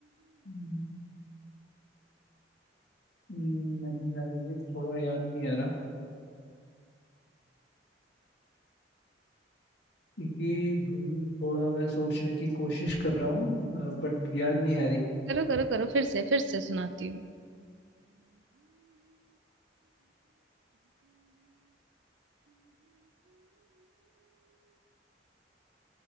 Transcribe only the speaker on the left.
हम्म, हम्म, नहीं यार ये थोड़ा याद नहीं आ रहा ये धुन थोड़ा मैं सोचने की कोशिश कर रहा हूँ बट याद नहीं आ रही